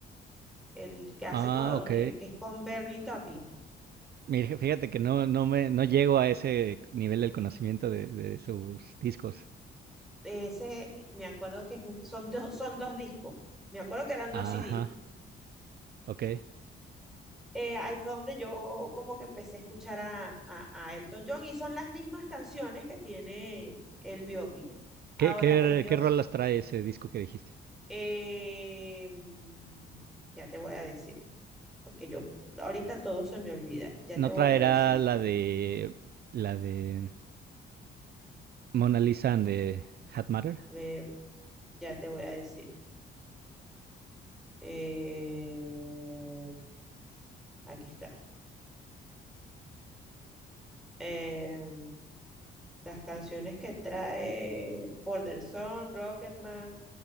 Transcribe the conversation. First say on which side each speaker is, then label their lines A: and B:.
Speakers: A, in the centre; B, on the right (about 55°).
A: el que hace
B: Ah,
A: con,
B: ok.
A: el que es con Bernie Taupin.
B: Mira, Fíjate que no, no me, no llego a ese nivel del conocimiento de, de sus discos.
A: Ese, me acuerdo que es un, son, dos, son dos discos. Me acuerdo que eran dos
B: Ajá,
A: CDs.
B: ok.
A: Eh, ahí fue donde yo como que empecé a escuchar a, a, a Elton John y son las mismas canciones que tiene el biopic. Ahora,
B: ¿Qué, qué,
A: el biopic,
B: qué rolas trae ese disco que dijiste?
A: eh, mm, ya te voy a decir, porque yo ahorita todo se me olvida. Ya
B: ¿No
A: te voy
B: traerá
A: a decir,
B: la de la de Mona Lisa and the Hat Matter?
A: eh, ya te voy a decir. Eh, aquí está. Em, Las canciones que trae Border Song, Rocketman,